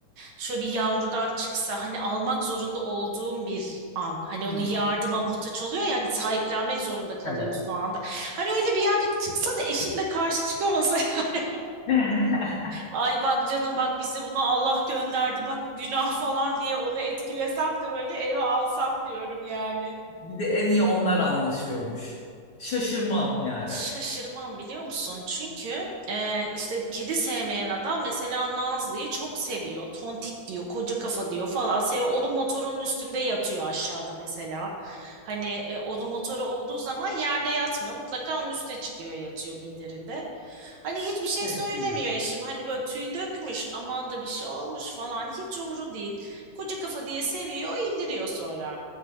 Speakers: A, on the right (about 70°); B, on the left (about 55°).
A: şöyle bir yavrudan çıksa hani almak zorunda olduğum bir an. Hani onun
B: hı.
A: yardıma muhtaç oluyor ya hani sahiplenmek zorunda kalıyorsun
B: Evet.
A: o anda. Hani öyle bir yerde çıksa da eşim de karşı çıkamasa <laughs>
B: <laughs>
A: ay bak canım bak bizi bunu Allah gönderdi bak günah falan diye onu etkilesem de böyle eve alsam diyorum yani.
B: Bir de en iyi onlar anlaşıyormuş. Şaşırmam yani.
A: Şaşırmam biliyor musun? Çünkü e, işte kedi sevmeyen adam mesela Nazlı'yı çok seviyor. Tontik diyor, koca kafa diyor falan. Seviyor. Onun motorunun üstünde yatıyor aşağıda mesela. Hani e, onun motoru olduğu zaman yerde yatmıyor. Mutlaka onun üstüne çıkıyor yatıyor minderinde. Hani hiçbir şey
B: Evet,
A: söylemiyor
B: değil mi?
A: eşim. Hani böyle tüy dökmüş aman da bir şey olmuş falan. Hiç umuru değil. Koca kafa diye seviyor indiriyor sonra.